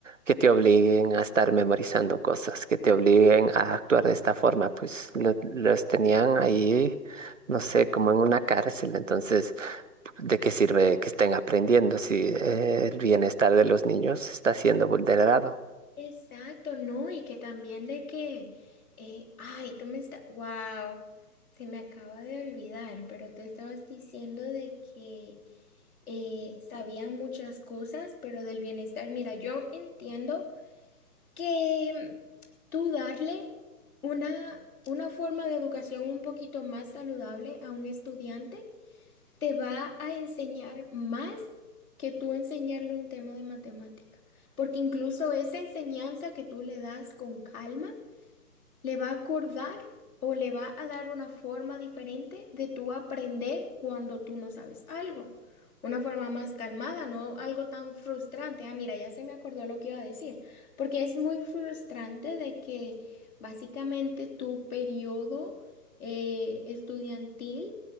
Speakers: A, on the right (about 50°); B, on the left (about 60°).
A: que te obliguen a estar memorizando cosas, que te obliguen a actuar de esta forma, pues lo- los tenían ahí, no sé, como en una cárcel, entonces... ¿De qué sirve que estén aprendiendo si eh, el bienestar de los niños está siendo vulnerado?
B: Exacto, no, y que también de que, eh, ay, tú me estás, wow, se me acaba de olvidar, pero tú estabas diciendo de que eh, sabían muchas cosas, pero del bienestar, mira, yo entiendo que tú darle una, una forma de educación un poquito más saludable a un estudiante te va a enseñar más que tú enseñarle un tema de matemática, porque incluso esa enseñanza que tú le das con calma le va a acordar o le va a dar una forma diferente de tú aprender cuando tú no sabes algo. Una forma más calmada, no algo tan frustrante. Ah, mira, ya se me acordó lo que iba a decir, porque es muy frustrante de que básicamente tu periodo eh, estudiantil